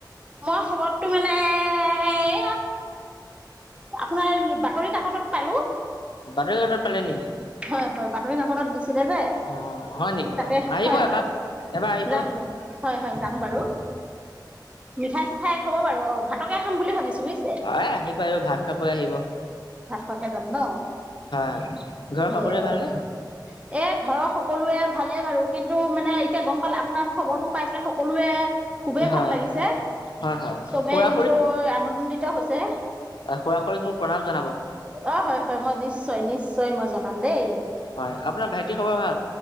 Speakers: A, on the right; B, on the left.
A: মই খবৰটো মানে, হে আপোনাৰ বাতৰি কাকতত পালো
B: <unintelligible> পালে নেকি?
A: হয় হয় বাতৰি কাকতত দিছিলে যে।
B: অ হয় নেকি
A: তাতে
B: অ আহিব
A: হয় হয়
B: এবাৰ এবাৰ আহিব
A: যাম যাম হয় হয় যাম বাৰু। মিঠাই-চিঠাই থ'ব বাৰু অ ভাতকে খাম বুলি ভাবিছো। বুজিছে
B: অ আহি পাৰিব ভাত খোৱাকৈ আহিব।
A: ভাত খোৱকে যাম ন,
B: হয়। ঘৰৰ
A: <unintelligible>
B: সকলোৰে ভালনে
A: এ ঘৰৰ স সকলোৱে ভালেই বাৰু, কিন্তু মানে এতিয়া গম পালে আপোনাৰ খবৰটো পাই পেলাই সকলোৱে খুবেই
B: হয়
A: ভাল লাগিছে,
B: হয় হয় হয়
A: চবেই
B: খুৰা
A: নিঠৈ আনন্দিত হৈছে।
B: খুৰা-খুৰিক মোক প্ৰণাম জনাব।
A: অ হয় হয় মই নিশ্চয় নিশ্চয় মই জনাম দেই।
B: হয় আপোনাৰ ভাইটি সব